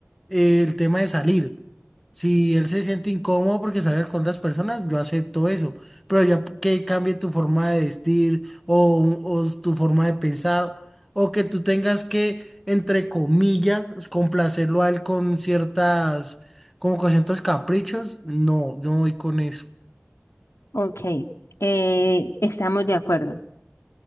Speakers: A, in the centre; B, on the left.
A: eh, el tema de salir. Si él se siente incómodo porque sale con otras personas, yo acepto eso. Pero ya que cambie tu forma de vestir o, o tu forma de pensar, o que tú tengas que entre comillas, complacerlo a él con ciertas, como con ciertos caprichos, no, yo no voy con eso.
B: Ok, eh, estamos de acuerdo.